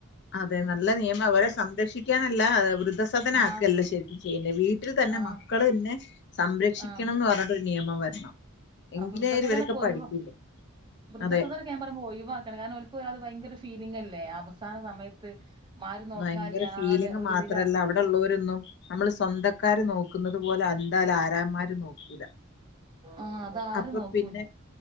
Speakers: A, on the left; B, on the right.
A: അതെ നല്ല നിയമം അവരെ സംരക്ഷിക്കാനല്ല വൃദ്ധസദന
B: ആഹ്
A: ആക്ക ല്ല ശരിക്കും വീട്ടിൽ തന്നെ
B: ആഹ്
A: മക്കള് ന്നെ സംരക്ഷിക്കണംന്ന്
B: ആഹ്
A: പറഞ്ഞട്ടൊ നിയമം വരണം എങ്കിലേ
B: ആ വൃദ്ധസദനൊക്കെ
A: ഇവരൊക്കെ
B: ഒയി
A: പഠിക്കുള്ളൂ
B: വൃദ്ധസദനക്കെ
A: അതെ
B: പറുമ്പോ ഒയിവാക്കണം കാരണം ഒൽകെ അത് ഭയങ്കര ഫീലിംഗല്ലേ അവസാന സമയത്ത് ആരും നോക്കാല്ലാതെ
A: ഭയങ്കര ഫീലിങ്
B: ഒരു
A: മാത്രല്ല
B: ഇതിലാ
A: അവിടൊള്ളോ രൊന്നും നമ്മള് സ്വന്തം ആക്കാര് നോ ക്കുന്നത് പോലെ എന്താാലും ആരന്മാര് നോക്കൂല
B: ആഹ് അതാരും
A: അപ്പൊ
B: നോക്കൂല
A: പിന്നെ